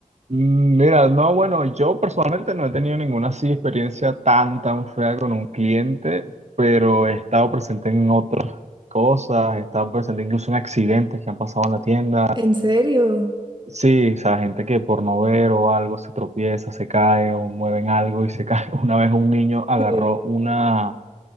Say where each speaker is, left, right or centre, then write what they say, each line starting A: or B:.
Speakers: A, on the right; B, on the right.
A: Mm, Mira, no, bueno, yo personalmente no he tenido ninguna así experiencia tan, tan fea con un cliente, pero he estado presente en otras cosas, he estado presente incluso en accidentes que han pasado en la tienda.
B: ¿En serio?
A: Sí, o sea, gente que por no ver o algo se tropieza, se cae o mueven algo y se cae. <laughs> Una vez un niño agarró
B: Sí.
A: una,